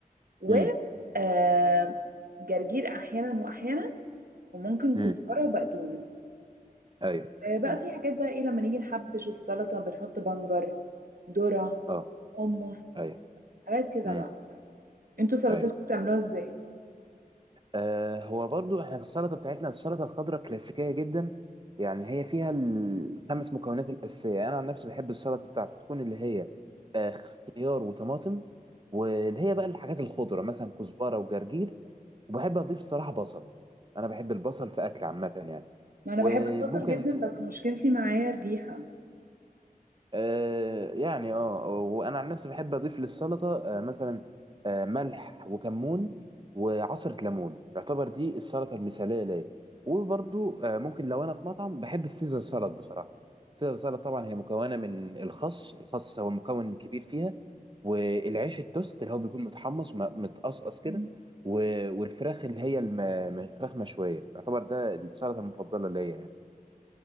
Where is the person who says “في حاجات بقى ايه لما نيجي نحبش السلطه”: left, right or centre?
Right